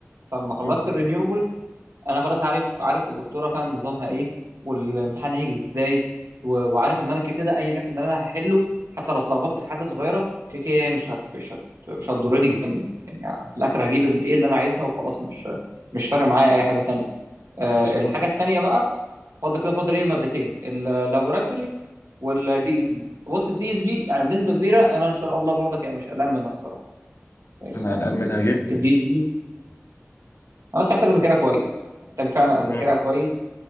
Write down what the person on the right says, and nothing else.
فلما خلصت
الرينيوبل انا خلاص عارف عارف الدكتوره فاهم نظامها ايه والامتحان هيجي ازاي و- وعارف ان انا كده كده ايا يكن اللي انا هحله حتى لو اتلخبطت في حاجه صغيره كده كده هي مش هت... مش هت... مش هتضرني جامد يعني في الاخر
هجيب الايه اللي انا عايزها وخلاص مش مش فارق معايا اي حاجه تانية آه
الحاجه التانية بقى فاضل كده فاضل ايه مادتين اللابوراتوري والدي اس بي بص الدي اس بي يعني بنسبه كبيره انا ان شاء الله برضك يعني مش قلقان منها الصراحه يعني
الدي اس بي انا بس محتاج اذاكرها كويس محتاج فعلا اذاكرها
كويس